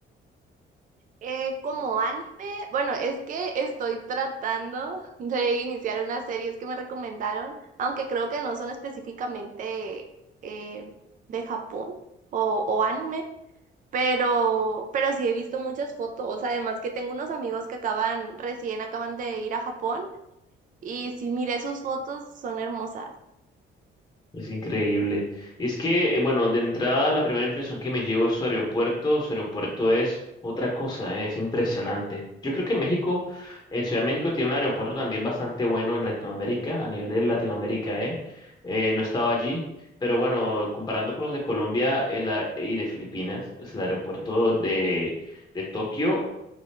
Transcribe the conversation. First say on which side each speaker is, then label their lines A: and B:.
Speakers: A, on the right (about 40°); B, on the left (about 20°).
A: Eh, como anime, bueno, es que estoy tratando <laughs> de iniciar unas series que me recomendaron, aunque creo que no son específicamente eh, de Japón o, o anime, pero, pero sí he visto muchas fotos, además que tengo unos amigos que acaban, recién acaban de ir a Japón y si miré sus fotos, son hermosas.
B: Es increíble. Y es que, eh, bueno, de entrada la primera impresión que me llevo es su aeropuerto. Su aeropuerto es otra cosa, eh, es impresionante. Yo creo que México, en Ciudad de México, tiene un aeropuerto también bastante bueno en Latinoamérica, a nivel de Latinoamérica, ¿eh? Eh, no estaba allí, pero bueno, comparando con los de Colombia el a- y de Filipinas, pues el aeropuerto de, de Tokio